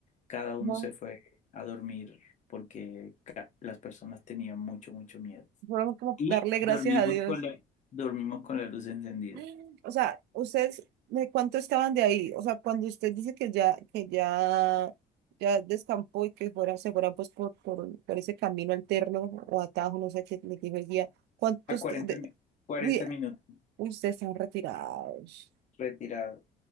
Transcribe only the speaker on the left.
cada uno
se fue a dormir porque ca- las personas tenían mucho, mucho miedo.
Y
dormimos
con la, dormimos con la luz encendida.
A cuarenta
mi- 40
minutos
retirado.